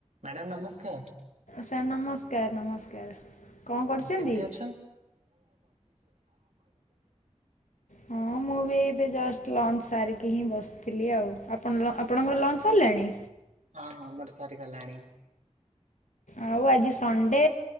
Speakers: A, on the right (about 75°); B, on the left (about 85°).
A: Madam ନମସ୍କାର।
B: Sir ନମସ୍କାର ନମସ୍କାର। କଣ କରୁଛନ୍ତି?
A: କେମତି ଅଛନ୍?
B: ହଁ ମୁଁ ବି ଏଇ ଏବେ ଜଷ୍ଟ ଲଞ୍ଚ ସାରିକି ହିଁ ବସିଥିଲି ଆଉ ଆପଣଲ ଆପଣଙ୍କର ଲଞ୍ଚ ସାରିଲାଣି।
A: ହଁ ହଁ ଆମର ସରିଗଲାଣି।
B: ଆଉ ଆଜି ସଣ୍ଡେ